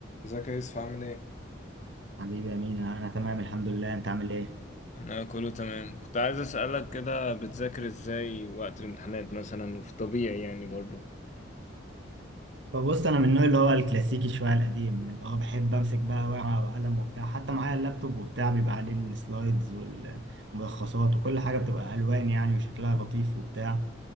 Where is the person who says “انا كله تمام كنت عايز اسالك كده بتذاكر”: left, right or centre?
Left